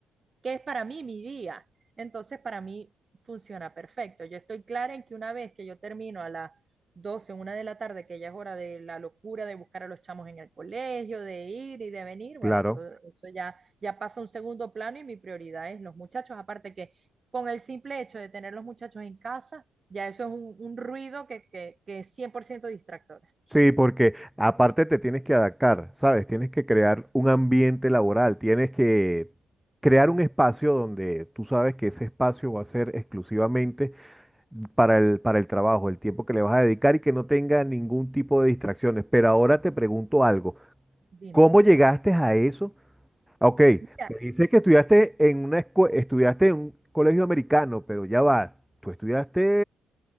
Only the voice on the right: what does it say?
que es para mí mi día. Entonces, para mí funciona perfecto. Yo estoy clara en que una vez que yo termino a las 12, una de la tarde, que ya es hora de la locura de buscar a los chamos en el colegio, de ir y de venir,
bueno, eso, eso ya, ya pasa a un segundo plano y mi prioridad es los muchachos. Aparte que con el simple hecho de tener los muchachos en casa, ya eso es un, un ruido que, que, que es cien por ciento distractor.
Dime.
Mira,